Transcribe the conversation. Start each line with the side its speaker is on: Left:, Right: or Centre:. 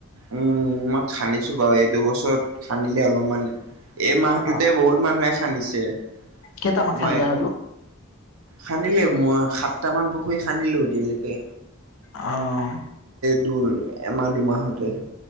Right: উম, মই খান্দিছোঁ বাৰু এইটো বছৰত খান্দিলে অলপমান। এই মাহটোতে
Left: অ
Right: বহুত মানুহে খান্দিছে।
Left: কেইটামান
Right: তোমাৰ
Left: খান্দিলে হ'লো
Right: খান্দিলে মই সাত সাতটামান পুখুৰী খান্দিলোঁ এতিয়ালৈকে।
Left: অ'।
Right: তোৰ এমাহ দুমাহতে।